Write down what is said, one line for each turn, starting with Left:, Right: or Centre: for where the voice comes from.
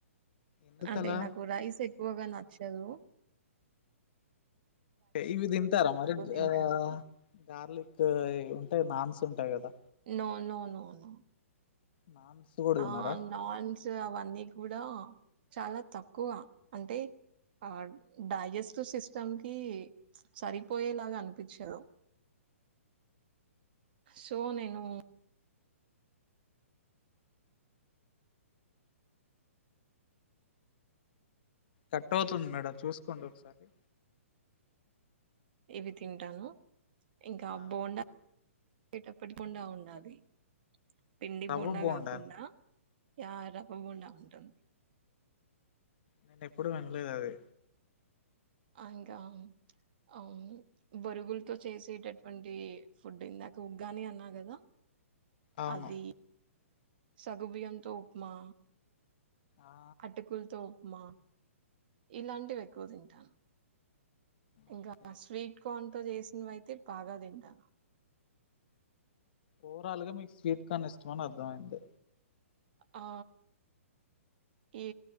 Left: ఎందుకలా
Right: అంటే నాకు రైస్ ఎక్కువగా నచ్చ హలో
Left: ఇవి తింటారా మరి
Right: తింటాను.
Left: ఆ గార్లిక్ ఉంటాయి నాన్స్ ఉంటాయి కదా
Right: నో నో నో అవును
Left: నాన్స్ కూడా తిన్నారా
Right: ఆ నాన్స్ అవన్నీ కూడా చాలా తక్కువ అంటే ఆ డైజెస్టివ్ సిస్టమ్ కి సరిపోయేలాగా అనిపిచ్చారు సో నేను
Left: కట్ అవుతుంది మేడం చూసుకోండి ఒకసారి
Right: ఇది తింటాను ఇంకా
Left: ఆ,
Right: బోండా <unintelligible> తప్పకకుండా ఉండాలి. పిండి
Left: రవ్వ
Right: బొండా
Left: బోండా
Right: కాకుండా యా రవ్వ బొండా ఉంటుం
Left: నేను ఎప్పుడు వినలేదు అది
Right: ఇంకా ఆ ఆ బొరుగులతో చేసేటటువంటి ఫుడ్ ఇందాక ఉగ్గాని అన్నా కదా
Left: అవును
Right: అది సగ్గు బియ్యంతో ఉప్మా
Left: ఆ
Right: అటుకులుతో మా ఇలాంటివి ఎక్కువ తింటాను
Left: ఓకే
Right: ఇంకా స్వీట్ కార్న్ తో చేసి నేనైతే బాగా తింటాను
Left: ఓవరాల్గా మీకు స్వీట్ కార్న్ ఇష్టమా అని అర్థమైంది.
Right: ఆ ఈ